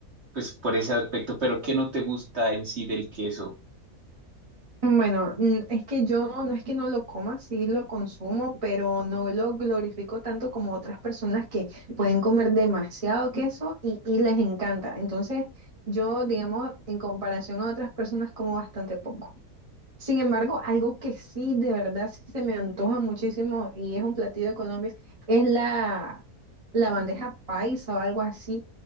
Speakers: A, on the right; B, on the right.
A: pues por ese aspecto, pero ¿qué no te gusta en sí del queso?
B: Bueno, mm, es que yo no es que no lo coma, sí lo consumo, pero no lo glorifico tanto como otras personas que pueden comer demasiado queso y, y les encanta. Entonces, yo, digamos, en comparación a otras personas, como bastante poco. Sin embargo, algo que sí, de verdad, sí se me antoja muchísimo y es un platillo de Colombia, es la, la bandeja paisa o algo así.